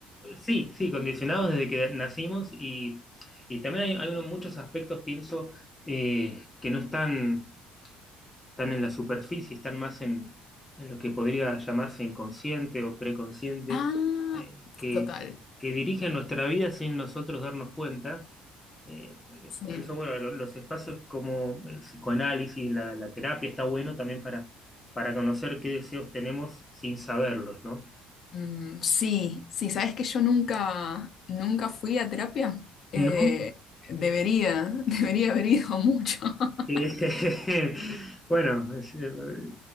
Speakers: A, on the left (about 15°); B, on the left (about 55°).
A: sí, sí, condicionados desde que nacimos y, y también hay, hay unos- muchos aspectos, pienso, eh, que no están están en la superficie, están más en, en lo que podría llamarse inconsciente o preconsciente,
B: Ah,
A: eh, que,
B: total,
A: que dirigen nuestra vida sin nosotros darnos cuenta. Eh,
B: sí.
A: por eso, bueno, lo- los espacios como el psicoanálisis, la, la terapia, está bueno también para, para conocer qué deseos tenemos sin saberlos, ¿no?
B: Mm, sí, sí, sabes que yo nunca, nunca fui a terapia. Eh,
A: ¿No?
B: debería, <laughs> debería haber ido mucho. <laughs>
A: Eh, <laughs> bueno, es, eh,